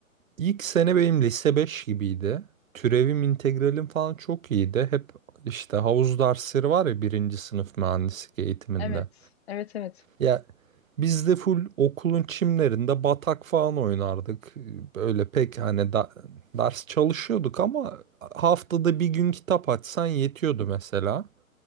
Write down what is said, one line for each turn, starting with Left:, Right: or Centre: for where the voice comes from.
Right: İlk sene benim lise 5 gibiydi. Türevim, integralim falan çok iyiydi. Hep işte havuz dersleri var ya birinci sınıf mühendislik eğitiminde.
Left: Evet. Evet evet.
Right: Ya biz de full okulun çimlerinde batak falan oynardık. Böyle pek hani da- ders çalışıyorduk ama haftada bir gün kitap açsan yetiyordu mesela.